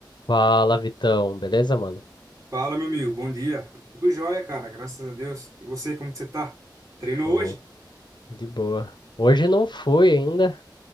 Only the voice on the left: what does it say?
Fala, Vitão. Beleza, mano?
Show.
De boa. Hoje não fui ainda.